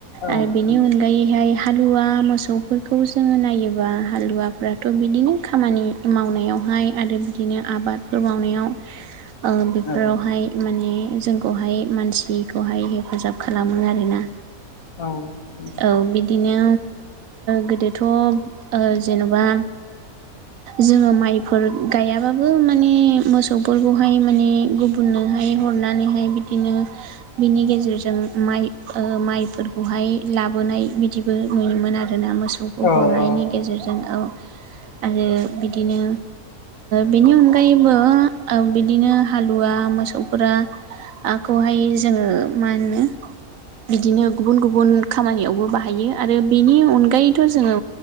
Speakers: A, on the left (about 70°); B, on the right (about 70°).
A: औ
B: आरो बिनि
A: नंगौ
B: अनगायैहाय हालुवा मोसौफोरखौ जोङो नायोबा हालुवाफ्राथ' बिदिनो खामानि मावनायाव हाय आरो बिदिनो आबादफोर मावनायाव बेफोरावहाय
A: औ
B: माने जोंखौहाय मानसिखौहाय हेफाजाब खालामो आरोना
A: औ नंगौ
B: औ बिदिनो गोदोथ' जेन'बा जोङो माइफोर गायाबाबो माने मोसौफोरखौ हाय माने गुबुननोहाय हरनानैहाय बिदिनो बिनि गेजेरजों माइ माइफोरखौहाय लाबोनाय बिदिबो नुयोमोन आरो दोना मोसौखौ
A: औ औ
B: हरनायनि गेजेरजों औ आरो बिदिनो बेनि अनगायैबो बिदिनो हालुवा मोसौफोराखौहाय जोङो मा होनो बिदिनो गुबुन गुबुन खामानियावबो बाहायो आरो बेनि अनगायैथ' जोङो